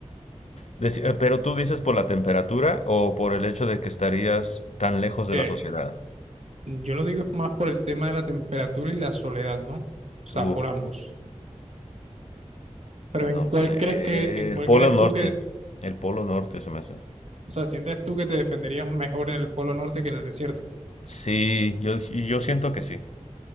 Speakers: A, on the left (about 65°); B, on the right (about 65°).
A: Deci- eh, pero tú dices por la temperatura o por el hecho de que estarías tan lejos de
B: Eh,
A: la sociedad.
B: yo lo digo es más por el tema de la temperatura y la soledad, ¿no? O sea,
A: Uf.
B: por ambos. Pero
A: No
B: ¿en cuál
A: sé,
B: crees que, en cuál
A: el Polo
B: crees
A: Norte.
B: tú que,
A: El Polo Norte se me hace.
B: o sea, sientes tú que te defenderías mejor en el Polo Norte que en el desierto?
A: Sí, yo, yo siento que sí.